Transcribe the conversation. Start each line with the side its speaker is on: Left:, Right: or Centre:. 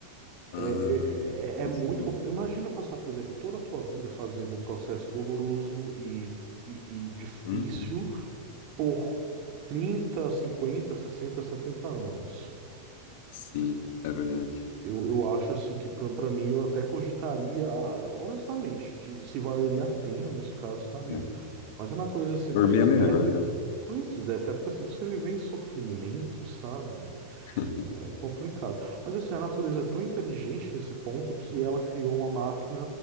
Left: Ah,
Right: é, é, é é
Left: não
Right: muito
Left: sabia.
Right: complicado. Imagina passar, por exemplo, toda a tua vida fazendo um processo doloroso e, e e difícil
Left: Uhum.
Right: por 30, 50, 60, 70 anos.
Left: Sim, é verdade.
Right: Eu, eu acho assim que para mim eu até cogitaria, ah, honestamente, de se valeria a pena nesse caso estar vivo.
Left: É.
Right: Mas a natureza assim é tão
Left: Dormir
Right: esperta
Left: é melhor,
Right: que,
Left: né?
Right: pois é, cara, porque assim, você viver em sofrimento, sabe?
Left: <laughs>
Right: É complicado. Mas assim, a natureza é tão inteligente nesse ponto que ela criou uma máquina